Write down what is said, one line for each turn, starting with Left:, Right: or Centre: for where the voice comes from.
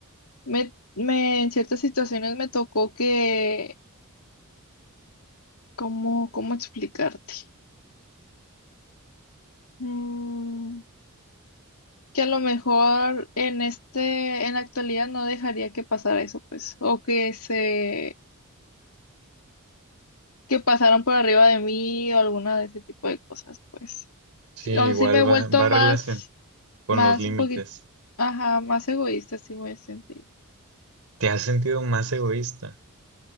Left: me, me en ciertas situaciones me tocó que, ¿cómo, cómo explicarte? Mm, que a lo mejor en este, en la actualidad no dejaría que pasara eso, pues, o que se, que pasaran por arriba de mí o alguna de ese tipo de cosas, pues.
Right: Sí,
Left: Sí, O sea,
Right: igual
Left: sí me he vuelto
Right: va, va
Left: más,
Right: relación con
Left: más
Right: los límites.
Left: un poquito, ajá, más egoísta, sí me he sentido.
Right: ¿Te has sentido más egoísta?